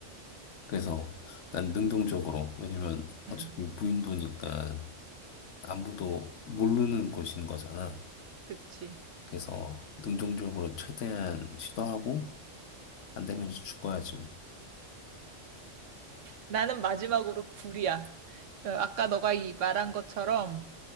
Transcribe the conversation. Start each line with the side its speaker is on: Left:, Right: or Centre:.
Left: 그래서 난 능동적으로 왜냐면
Right: 응.
Left: 어차피 무인도니까 아무도 모르는 곳인 거잖아.
Right: 그치.
Left: 그래서 능동적으로 최대한 시도하고 안 되면 이제 죽어야지. 뭐.
Right: 나는 마지막으로 불이야. 그 아까 너가 이 말한 것처럼